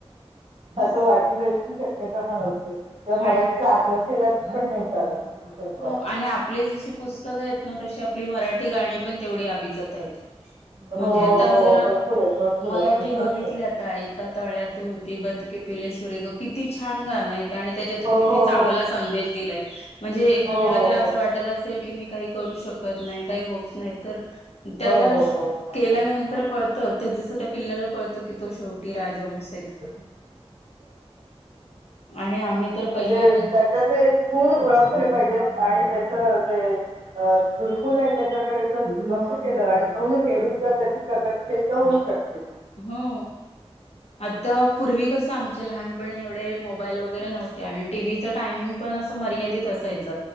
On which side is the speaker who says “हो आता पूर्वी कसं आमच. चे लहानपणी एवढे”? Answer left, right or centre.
Left